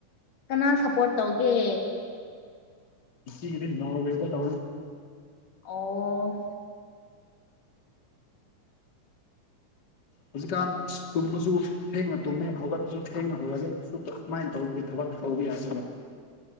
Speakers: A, on the left (about 85°); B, on the left (about 35°).
A: ꯀꯅꯥ ꯁꯞꯄꯣꯔꯠ ꯇꯧꯒꯦ
B: ꯏ ꯏꯗꯤ ꯅꯣꯋꯦꯗꯣ ꯇꯣ
A: ꯑꯣ
B: ꯍꯧꯖꯤꯛꯀꯥꯟ ꯇꯨꯝꯃꯁꯨ ꯊꯦꯡꯅ ꯇꯨꯝꯃꯦ ꯍꯧꯒꯠꯄꯁꯨ ꯊꯦꯡꯅ ꯍꯧꯒꯠꯂ ꯀꯨꯃꯥꯏꯅ ꯇꯧꯕꯒꯤ ꯊꯕꯛ ꯇꯧꯕ ꯌꯥꯗꯣꯏꯕ